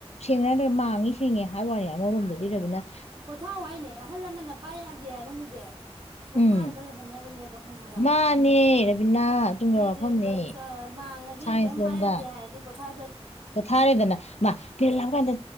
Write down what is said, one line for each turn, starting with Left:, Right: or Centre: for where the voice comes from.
Left: ꯁꯦꯡꯅ ꯍꯥꯏꯇꯥꯔꯗꯤ ꯃꯥ ꯊꯦꯡꯉꯦ ꯍꯥꯏꯕꯅꯤ ꯑꯃꯔꯣꯝꯗ ꯂꯩꯔꯃꯤꯅ
Right: ꯄꯣꯊꯥꯎ ꯍꯥꯏꯅꯦ ꯑꯍꯜ ꯂꯃꯟꯅ ꯄꯥꯏ ꯌꯥꯗꯦ ꯍꯥꯏꯔꯝꯃꯤꯖꯦ ꯄꯣꯊꯥꯔꯒ
Left: ꯎꯝ
Right: ꯂꯩꯍꯟꯅꯕꯅꯦꯕ ꯈꯪꯉꯕ
Left: ꯃꯥꯅꯦ ꯔꯕꯤꯅꯥ ꯑꯆꯨꯝꯈ꯭ꯔꯕ
Right: ꯑꯗꯨꯗꯤ ꯑꯟꯏꯟꯇꯦꯜꯂꯤꯖꯤꯕꯜ
Left: ꯋꯥꯐꯝꯅꯦ
Right: ꯍꯥꯡꯉꯗꯤ
Left: ꯁꯥꯏꯟꯁ
Right: ꯀꯔꯤꯝ
Left: ꯂꯣꯝꯗ
Right: ꯄꯥꯏ ꯌꯥꯗꯦ ꯍꯥꯏꯔꯗꯤ ꯄꯣꯊ
Left: ꯄꯣꯊꯥꯔꯦꯗꯅ ꯃꯥ ꯄꯦꯔꯗ ꯂꯥꯛꯄ ꯀꯥꯟꯗ